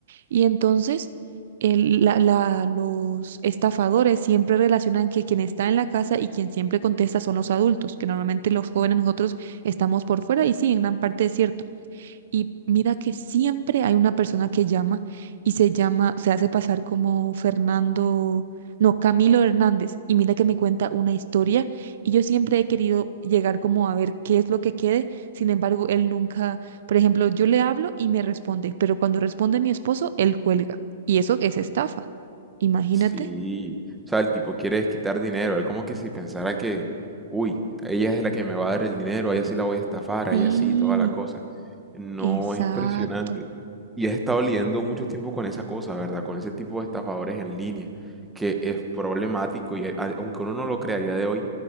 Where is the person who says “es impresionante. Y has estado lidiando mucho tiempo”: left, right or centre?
Centre